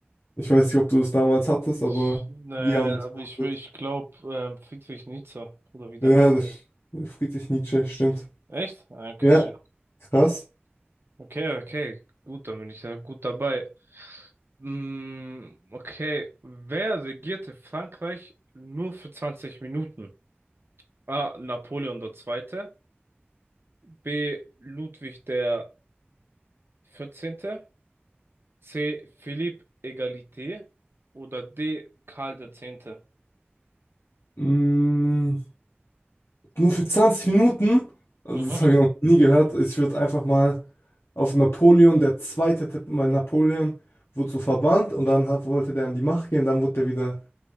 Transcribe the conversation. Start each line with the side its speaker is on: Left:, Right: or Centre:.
Left: Ich weiß nicht, ob du es damals hattest,
Right: Ich,
Left: aber
Right: ne,
Left: wir haben das
Right: aber
Left: behandelt.
Right: ich will, ich glaube, äh, Friedrich Nietzsche oder wie der
Left: Ja,
Right: heißt.
Left: Ja. das Friedrich Nietzsche, stimmt.
Right: Echt? Ah, Okay,
Left: Ja,
Right: ich-
Left: Ja. krass.
Right: okay, okay. Gut, dann bin ich ja gut dabei. Mm, okay, wer regierte Frankreich nur für 20 Minuten? A. Napoleon der Zweite. B. Ludwig der 14. C. Philippe Egalité Oder D. Karl der Zehnte.
Left: Mm, Nur für 20 Minuten? Also
Right: Mhm.
Left: das habe ich noch nie gehört. Ich würde einfach mal auf Napoleon der Zweite tippen, weil Napoleon wurde so verbannt und dann hat, wollte der an die Macht gehen, dann wurde der wieder